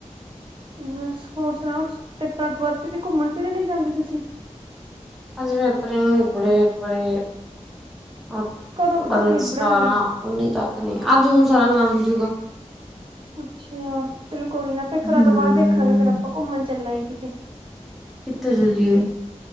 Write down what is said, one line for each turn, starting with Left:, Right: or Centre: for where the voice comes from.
Right: ਬਸ ਹੋਰ ਸੁਣਾ ਤੇਪਤ ਵੱਧ ਕਿਤੇ ਘੁੰਮਣ ਫਿਰਨ ਨੀ ਜਾਂਦੇ ਤੁਸੀਂ
Centre: ਅਜ ਵਪਰੇ ਬੜ ਵਪਰੇ <unintelligible>
Right: ਕਦੋਂ ਕੁ ਤੱਕ ਨਿਬੜਨਗੇ
Centre: ਸਤਾਰਾਂ ਉੱਨੀ ਤੱਕ ਨੇ ਅਹਜ ਹੁਣ ਸਾਰਾ ਲ ਜੂਗਾ
Right: ਅੱਛਾ ਚਲੋ ਕੋਈ ਨਾ ਪੇਪਰਾਂ
Centre: ਹਮ
Right: ਤੋਂ ਬਾਅਦ ਦੇਖਾਂਗੇ ਫੇਰ ਆਪਾਂ ਘੁੰਮਣ ਚੱਲਾਂਗੇ ਕਿਤੇ
Centre: ਕਿੱਥੇ ਚੱਲਏ